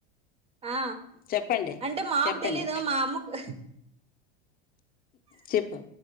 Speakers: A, on the right; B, on the left.
A: ఆ
B: చెప్పండి
A: అంటే మాకు
B: చెప్పండి
A: తెలీదు మా అమ్మకు
B: చెప్పు